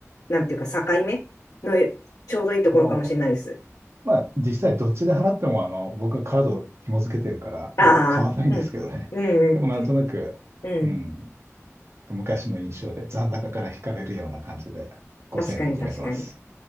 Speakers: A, on the left (about 80°); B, on the right (about 55°).
A: う、なんていうか、境目のちょうどいいところかもしれないです。
B: を、まあ、実際どっちで払っても、あの、僕はカード紐付けてるから、
A: ああ、
B: あの、変わらないんですけどね。
A: うん、うん、
B: <laughs> でもなんとなく、
A: うん。
B: うん、昔の印象で残高から引かれるような感じで5000円で決めてます。
A: 確かに確かに。